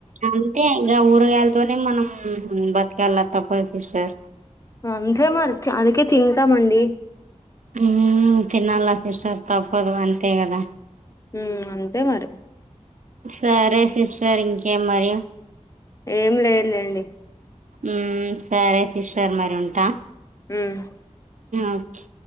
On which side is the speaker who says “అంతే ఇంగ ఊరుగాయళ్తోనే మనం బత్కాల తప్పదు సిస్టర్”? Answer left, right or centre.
Right